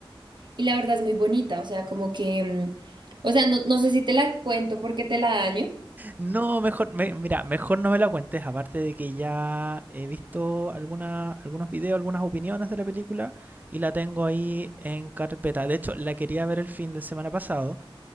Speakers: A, on the right; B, on the right.
A: y la verdad es muy bonita, o sea, como que, mm, o sea, no, no sé si te la cuento porque te la daño.
B: No, mejor, me- mira, mejor no me la cuentes, aparte de que ya he visto alguna, algunos videos, algunas opiniones de la película y la tengo ahí en carpeta. De hecho, la quería ver el fin de semana pasado.